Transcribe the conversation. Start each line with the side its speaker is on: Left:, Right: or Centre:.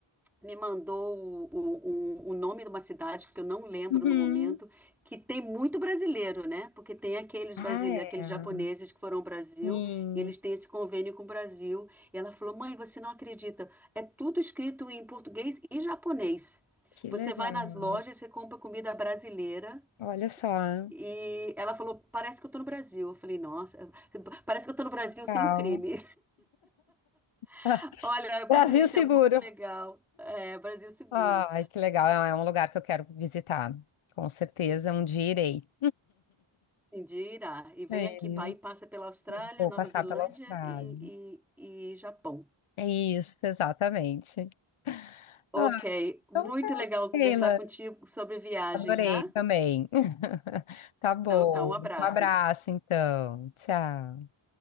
Centre: me mandou o, o, o- nome de uma cidade que eu não lembro
Left: Uhum.
Centre: no momento, que tem muito brasileiro, né? Porque tem aqueles
Left: Ah,
Centre: brasileiros,
Left: é.
Centre: aqueles japoneses que foram ao Brasil
Left: Sim,
Centre: e eles têm esse convênio com o Brasil. E ela falou: "Mãe, você não acredita? É tudo escrito em português e japonês.
Left: que
Centre: Você
Left: legal.
Centre: vai nas lojas, você compra comida brasileira."
Left: Olha só.
Centre: E ela falou, parece que eu tô no Brasil. Eu falei, nossa, parece que eu tô no Brasil sem
Left: Legal.
Centre: o crime.
Left: <laughs>
Centre: <laughs> Olha,
Left: Brasil
Centre: Patrícia,
Left: seguro.
Centre: muito legal. É, Brasil seguro.
Left: Ai, que legal. É é um lugar que eu quero visitar. Com certeza, um dia irei.
Centre: Indira, e vem
Left: É.
Centre: aqui,
Left: E
Centre: pa- aí passa pela Austrália,
Left: Vou
Centre: Nova
Left: passar
Centre: Zelândia
Left: pela Austrália.
Centre: e, e, e Japão.
Left: É isso, exatamente.
Centre: Ok,
Left: Ah, então
Centre: muito
Left: tá,
Centre: legal conversar
Left: Sheila.
Centre: contigo sobre viagem,
Left: Adorei
Centre: tá?
Left: também. <laughs> Tá bom.
Centre: Então tá, um abraço.
Left: Um abraço, então. Tchau.